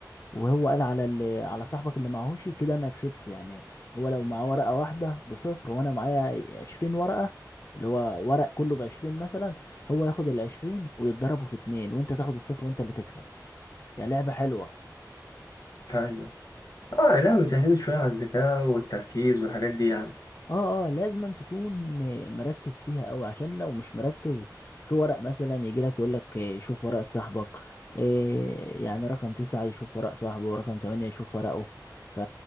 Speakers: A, on the left (about 40°); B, on the left (about 60°).
A: وهو قال على اللي على صاحبك اللي معهوش كده انا كسبت يعني هو لو معاه ورقة واحدة بصفر وانا معايا عشرين ورقة اللي هو ورق كله بعشرين مثلا هو ياخد العشرين ويتضربوا في اتنين وانت تاخد الصفر وانت اللي تكسب يعني لعبة حلوة
B: ايوه اه لا بتعتمد شويه على الذكاء والتركيز والحاجات دي يعني
A: اه اه لازم أن تكون مركز فيها قوي عشان لو مش مركز في ورق مثلا يجي لك يقول لك آه، شوف ورقة صاحبك إيه يعني رقم تسعة يشوف ورق صاحبه ورقم تمانية يشوف ورقه ف...